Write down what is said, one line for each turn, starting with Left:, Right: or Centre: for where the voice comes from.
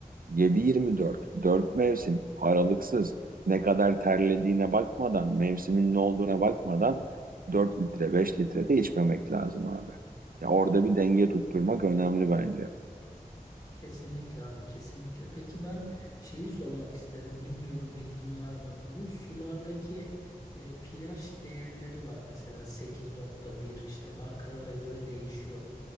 Right: 7-24, dört dört mevsim aralıksız ne kadar terlediğine bakmadan, mevsimin ne olduğuna bakmadan 4 litre, 5 litre de içmemek lazım abi. Ya orada bir denge tutturmak önemli bence.
Left: Kesinlikle abi kesinlikle. Peki ben şeyi sormak isterim. Bilmiyorum bilgin var mı? Bu sulardaki e, pH değerleri var mesela sekiz nokta bir işte markalara göre değişiyor.